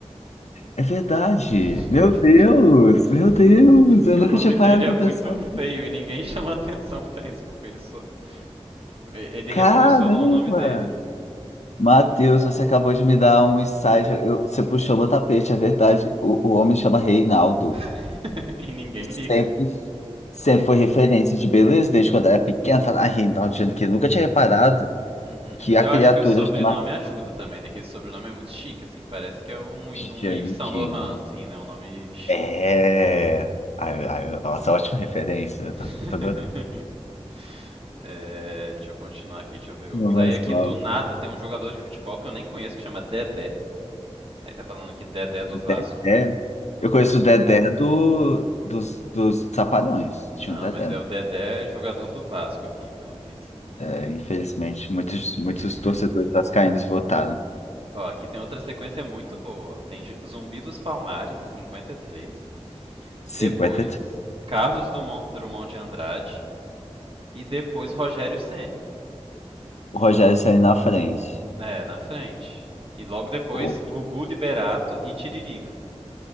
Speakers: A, on the left; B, on the right.
A: É verdade.
B: <laughs>
A: Meu Deus, meu Deus,
B: <laughs>
A: eu
B: E
A: nunca
B: o nome
A: tinha parado
B: dele
A: pra
B: é muito
A: pensar.
B: feio e ninguém <laughs> chama atenção pra isso, porque ele só. tipo, Ele
A: Caramba!
B: revolucionou o nome dele, né?
A: Matheus, você acabou de me dar um insight. Eu- você puxou meu tapete, é verdade. O, o homem chama Reinaldo.
B: <laughs> e ninguém
A: Sempre,
B: liga.
A: sempre foi referência de beleza, desde quando eu era pequena. Falar, ah, Reinaldo Giannichini. Nunca tinha reparado
B: Uhum.
A: que a
B: Eu
A: criatura
B: acho que o sobrenome
A: chama
B: ajuda também, né? Que esse sobrenome é muito chique, assim. Parece que é um, um
A: Giannichini.
B: Yves Saint Laurent, assim, né? Um nome chique,
A: É.
B: assim.
A: Ai, ai, nossa, ótima referência.
B: <laughs>
A: Tá, tá adorando.
B: É, deixa eu continuar aqui, deixa eu ver outros.
A: Não mais
B: Aí aqui
A: mal.
B: do nada tem um jogador de futebol que eu nem conheço que chama Dedé. Aí tá falando aqui Dedé do
A: Dedé.
B: Vasco.
A: Eu conheço
B: É um,
A: o Dedé do, dos, dos Trapalhões. Tinha
B: Não,
A: um Dedé.
B: mas é o Dedé jogador do Vasco aqui, pelo visto.
A: É, infelizmente, muitos, muitos
B: <laughs>
A: torcedores vascaínos votaram.
B: Ó, aqui tem outra sequência muito boa. ó. Tem Ju- Zumbi dos Palmares, em 53.
A: 53.
B: Depois, Carlos Drummond de Andrade. E depois, Rogério Ceni.
A: O Rogério saiu na frente.
B: É, na frente. E logo depois,
A: Pô,
B: Gugu Liberato e Tiririca. <laughs>